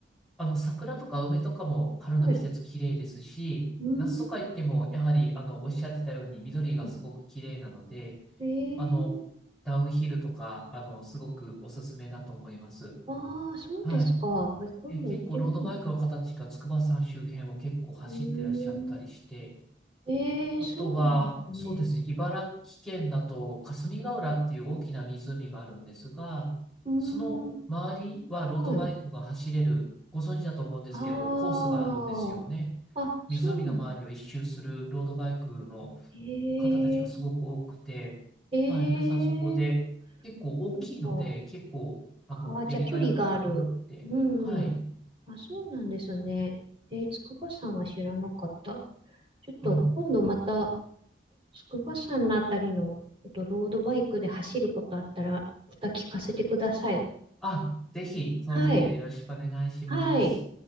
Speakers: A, in the centre; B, on the right.
A: あの、桜とか梅とかも春の季節綺麗ですし、
B: はい。うー
A: 夏とか行っても、やはり、あの、おっしゃってたように緑がすごく綺麗なので、
B: ん。えー、
A: あの、ダウンヒルとか、あの、すごくおすすめだと思います。
B: ああ、そうですか。
A: はい。
B: え今度行ってみよ
A: え、結構ロードバイクの方たちが筑波山周辺を結構走ってらっしゃったりして、
B: う。うーん。えー、
A: あとは、
B: そうなんですね。
A: そうですね、茨城県だと霞ヶ浦っていう大きな湖があるんですが、
B: うー
A: その周りはロードバイクが走れる、
B: ん。はい
A: ご存知だと思うんですけど、
B: あ
A: コースがあるんですよね。
B: あ。あ、そうなんだ。
A: 湖の周りを一周するロードバイクの
B: え
A: 方たちがすごく多くて、
B: えええ
A: はい、皆さんそこで結構大きいので、
B: なんか、
A: 結構、あの、
B: ああ、じゃあ距離がある。
A: やりがいあるのかなって。
B: うん、
A: はい。
B: うん。あ、そうなんですね。えー、筑波山は知らなかった。ちょっと今度また
A: はい。
B: 筑波山のあたりのちょっとロードバイクで走ることあったら、また聞かせてください。
A: あ、ぜひ、その時はよろしくお願いします。
B: はい。はい。